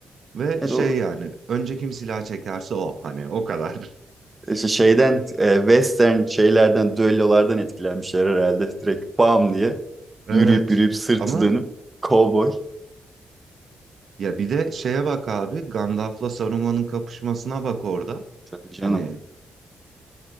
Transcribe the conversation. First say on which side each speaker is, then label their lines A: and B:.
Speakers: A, on the right; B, on the right.
A: Ve
B: Evet,
A: şey
B: o
A: yani önce kim silah çekerse o hani o kadar. <laughs>
B: işte şeyden e, western şeylerden düellolardan etkilenmişler herhalde. Direkt bam diye
A: Evet
B: yürüyüp yürüyüp sırtı
A: ama
B: dönüp kovboy.
A: ya bir de şeye bak abi Gandalf'la Saruman'ın kapışmasına bak orada.
B: Tabii canım.
A: Hani